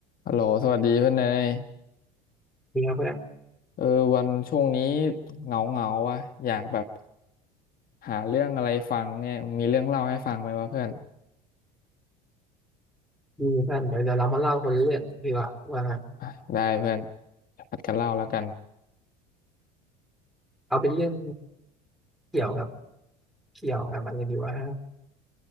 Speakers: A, on the left; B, in the centre.
A: ฮัลโหลสวัสดีเพื่อนเนย
B: มีครับเพื่อน
A: เออวันช่วงนี้เหงาเหงาวะอยากแบบหาเรื่องอะไรฟังเนี่ยมีเรื่องเล่าให้ฟังไหมวะเพื่อน
B: มีเพื่อนเดี๋ยวเดี๋ยวเรามาเล่าคนละเรื่องดีกว่าว่า
A: อ่ะได้เพื่อนเดี๋ยวผัดกันเล่าแล้วกัน
B: เอาเป็นเรื่องเกี่ยวกับเกี่ยวกับอะไรดีว่า